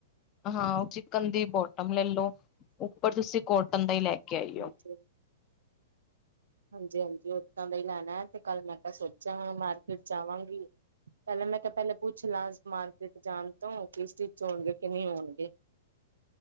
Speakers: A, on the left; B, on the right.
A: ਹਾਂ ਉਹ ਚਿਕਨ ਦੀ ਬੋਟਮ ਲੈ ਲਉ ਉੱਪਰ ਤੁਸੀਂ ਕੋਟਨ ਦਾ ਹੀ ਲੈ ਕੇ ਆਈਓ।
B: ਹਾਂਜੀ। ਹਾਂਜੀ-ਹਾਂਜੀ ਓਦਾਂ ਦਾ ਹੀ ਲੈਣਾਂ ਤੇ ਕੱਲ ਮੈਂ ਕਿ ਸੋਚਿਆ ਮਾਰਕੀਟ ਜਾਵਾਂਗੀ। ਪਹਿਲਾਂ ਮੈਂ ਕਿਹਾ ਪਹਿਲਾਂ ਪੁੱਛ ਲ ਮਾਰਕੀਟ ਜਾਣ ਤੋਂ ਕਿਸ ਚੀਜ਼ 'ਚ' ਹੋਣਗੇ ਕਿ ਨਹੀਂ ਆਉਣਗੇ।